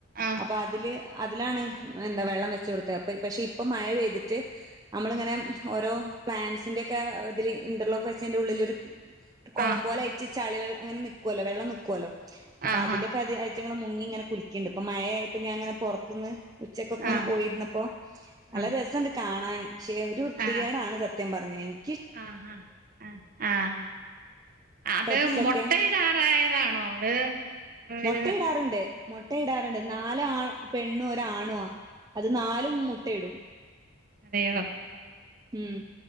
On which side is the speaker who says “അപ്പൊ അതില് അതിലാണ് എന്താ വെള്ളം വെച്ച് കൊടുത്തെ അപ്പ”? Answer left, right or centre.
Right